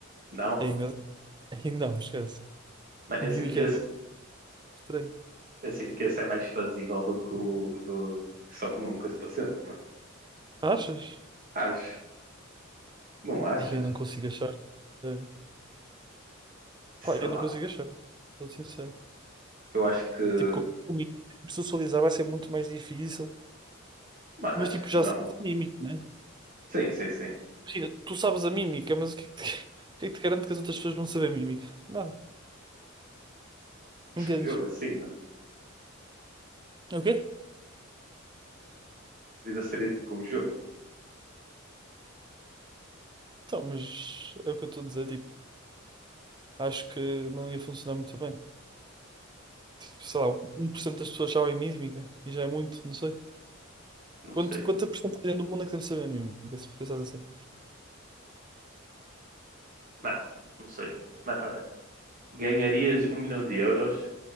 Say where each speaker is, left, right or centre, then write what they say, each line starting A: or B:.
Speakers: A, on the right; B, on the right.
A: Não?
B: Aí, meu- aí não, esquece.
A: Mano,
B: Mímica
A: eu sinto que
B: era
A: esse,
B: estranho.
A: Eu sinto que esse é mais fazível do que o do só comer uma coisa para sempre, mano.
B: Achas?
A: Acho. Não achas?
B: Aí eu não consigo achar. Sério.
A: Sei
B: Pá, eu
A: lá.
B: não consigo achar. Sou sincero.
A: Eu acho que.
B: Tipo, com com mímica, tipo, socializar vai ser muito mais difícil.
A: Mano,
B: Mas
A: acho
B: tipo,
A: que
B: já
A: não.
B: sabes a mímica, né?
A: Sim, sim, sim.
B: Imagina, tu sabes a mímica, mas o que é que te, <laughs> o que é que te garante que as outras pessoas vão saber a mímica? Nada. Entendes?
A: Um jogo assim, mano.
B: Ok?
A: A vida seria tipo um jogo.
B: Então, mas é o que eu estou a dizer, tipo, acho que não ia funcionar muito bem. Tipo, sei lá, um por cento das pessoas sabem mímica e já é muito, não sei.
A: Não
B: Quanto,
A: sei.
B: quanta porcentagem do mundo é que deve saber mímica, se pensares assim?
A: Mano, não sei. Mano, olha. Ganharias um milhão de euros,